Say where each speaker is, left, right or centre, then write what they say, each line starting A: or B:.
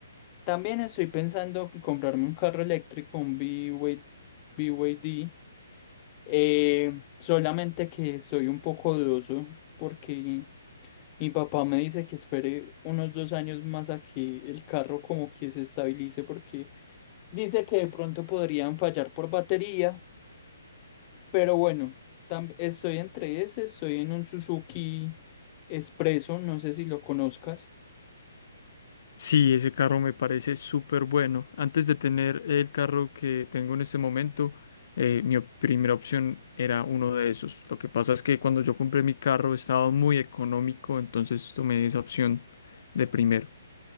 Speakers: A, on the left; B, on the left.
A: También estoy pensando en comprarme un carro eléctrico, un BY BYD, eh, solamente que soy un poco dudoso porque mi papá me dice que espere unos dos años más a que el carro como que se estabilice porque dice que de pronto podrían fallar por batería, pero bueno, tam- estoy entre ese, estoy en un Suzuki Expreso, no sé si lo conozcas.
B: Sí, ese carro me parece súper bueno. Antes de tener el carro que tengo en este momento, eh, mi op- primera opción era uno de esos. Lo que pasa es que cuando yo compré mi carro estaba muy económico, entonces tomé esa opción de primero.